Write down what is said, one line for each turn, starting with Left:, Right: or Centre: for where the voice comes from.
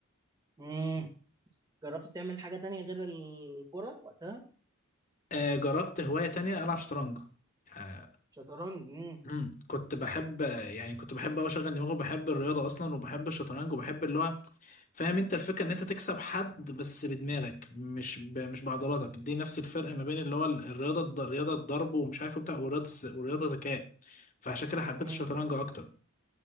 Right: مم. جربت تعمل حاجة تانية غير الكرة وقتها
Left: آه جربت هوايه تانية العب شطرنج آه،
Right: شطرنج مم.
Left: مم. كنت بحب يعني كنت بحب أوي أشغل دماغي وبحب الرياضة أصلا وبحب الشطرنج وبحب اللي هو فاهم أنت الفكرة إن أنت تكسب حد بس بدماغك مش ب... مش بعضلاتك دي نفس الفرق ما بين اللي هو ال- الرياضة الض- الرياضة الضرب ومش عارف وبتاع والرياضة الس- والرياضة ذكاء فعشان كده حبيت
Right: مم.
Left: الشطرنج أكتر